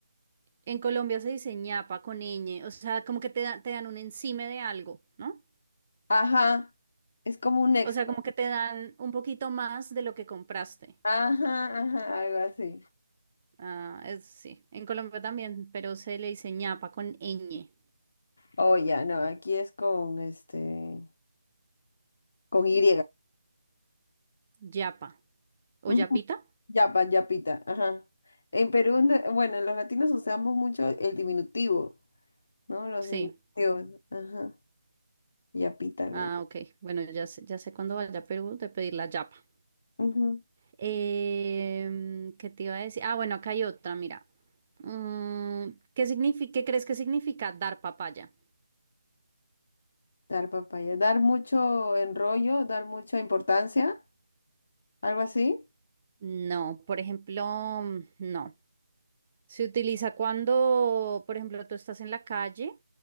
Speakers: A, on the right (about 25°); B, on the left (about 35°).
A: en Colombia se dice ñapa con ñ. O sea, como que te, da- te dan un encime de algo, ¿no?
B: Ajá. Es como un extra.
A: O sea, como que te dan un poquito más de lo que compraste.
B: Ajá, ajá, algo así.
A: Ah, es, sí, en Colombia también, pero se le dice ñapa con ñ,
B: oh ya, no, aquí es con este, con Y.
A: yapa.
B: Ujú.
A: ¿O yapita?
B: Yapa, yapita, ajá. En Perú, no- bueno, los latinos usamos mucho el diminutivo, ¿no? Los
A: Sí.
B: diminutivos, ajá. Yapita, le-
A: Ah, ok. Bueno, ya sé, ya sé cuándo vaya a Perú de pedir la yapa.
B: ujú.
A: Em, ¿qué te iba a decir? Ah, bueno, acá hay otra, mira. Mm, ¿qué significa, qué crees que significa dar papaya?
B: Dar papaya. Dar mucho enrollo, dar mucha importancia, algo así.
A: No, por ejemplo, mm, no. Se utiliza cuando, por ejemplo, tú estás en la calle